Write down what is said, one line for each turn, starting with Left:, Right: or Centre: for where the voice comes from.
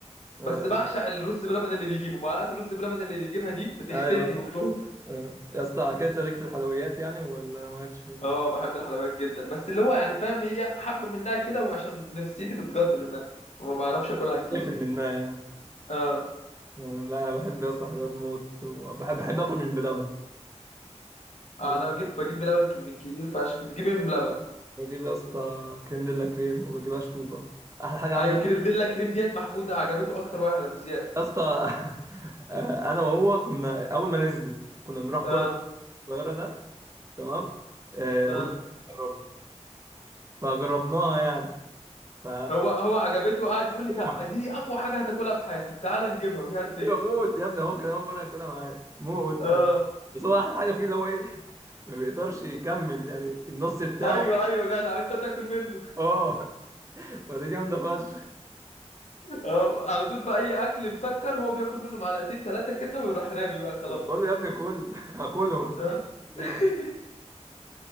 Right: اه
Left: بس بعشق الرز بلبن اللي بيجيبه معلقه الرز بلبن اللي بيجيبها دي بتغسلني
Right: ايوه
Left: من جوه
Right: آه. يا اسطى على كده انت ليك في الحلويات يعني ولا مالكش
Left: <laughs>
Right: فيها؟
Left: اه بحب الحلويات جدا بس اللي هو يعني فاهم هي حبه منها كده وعشان نفسيتي بتجد منها وما بعرفش اكلها كتير
Right: اقفل منها يعني
Left: اه
Right: آه. لا انا بحب يا اسطى حلويات موت وبحب بحب اكل من بلبن بلبن
Left: انا بجيب بجيب بلبن ك- من كتير فشخ بتجيب إيه من بلبن
Right: بجيب يا اسطى كريم ديلا كريم وبجيب اشطوطه احلى حاجه
Left: ايوه كريم ديلا كريم ديت محمود عجبته اكتر واحد ابو زياد
Right: يا اسطى <laughs> انا وهو كنا اول ما نزلت كنا بنروح كرة
Left: اه
Right: القاهرة ده تمام آه،
Left: اه
Right: قلنا نجربها. فجربناها يعني ف
Left: هو هو عجبته قاعد يقول لي
Right: موت
Left: "تع- دي اقوى حاجه هتاكلها في حياتك تعال نجيبها مش عارف ايه
Right: ايوه موت يا ابني هو كان اول مرة ياكلها معايا موت
Left: اه
Right: بس هو احلى حاجة فيه اللي هو ايه <laughs> ما بيقدرش يكمل يعني النص بتاعه
Left: ايوه ايوه جدع انت تاكل منه
Right: <laughs> اه فدي جامدة فشخ
Left: اه على طول في اي اكل مسكر هو بياكل منه معلقتين ثلاثه كده ويروح رامي بقى خلاص
Right: بقول له يا ابني كل <laughs> هاكلهم
Left: اه
Right: يعني
Left: <laughs>